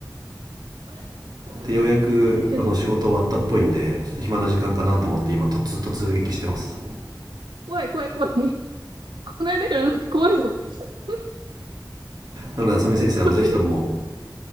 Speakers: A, on the right (about 80°); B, on the right (about 55°).
A: あれ今日家出たけど、
B: でようやくあの仕事終わったっぽいんでちょっと暇な時間かなと思って今突突撃してます
A: 怖い、怖い、怖い。<laughs> この間からなんか怖いぞ。<laughs>
B: なので浅見先生あのぜひとも
A: ねこの間、